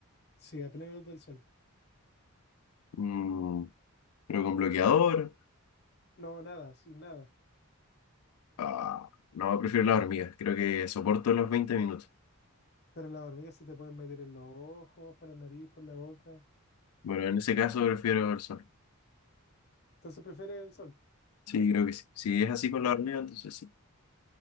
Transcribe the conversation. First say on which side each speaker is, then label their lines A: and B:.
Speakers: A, on the left; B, on the left.
A: Sí, a plena luz del sol.
B: Mm, pero con bloqueador.
A: No, nada, sin nada.
B: Ah, no, prefiero las hormigas. Creo que soporto los 20 minutos.
A: Pero las hormigas se te pueden meter en los ojos, por la nariz, por la boca.
B: Bueno, en ese caso prefiero el sol.
A: Entonces prefiere el sol.
B: Sí, creo que sí. Si es así con las hormigas, entonces sí.